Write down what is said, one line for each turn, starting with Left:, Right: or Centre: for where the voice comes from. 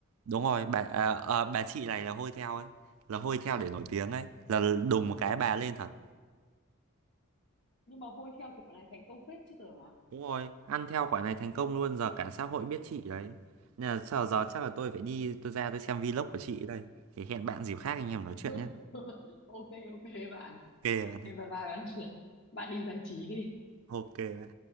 Right: Đúng rồi, bà à, à, bà chị này là hôi theo ấy, là hôi theo để nổi tiếng ấy, là đùng một cái bà lên thật.
Left: nhưng mà hôi theo kiểu này thành công phết chứ tưởng à
Right: Đúng rồi, ăn theo quả này thành công luôn, giờ cả xã hội biết chị đấy. Nên là giờ, giờ chắc là tôi phải đi, tôi ra tôi xem vlog của chị đây. Thì hẹn bạn dịp khác anh em nói chuyện
Left: <laughs>
Right: nhé.
Left: ok ok bạn
Right: Ok bạn ơi.
Left: Thế bye bye bạn bạn đi giải trí đi
Right: Ok bạn.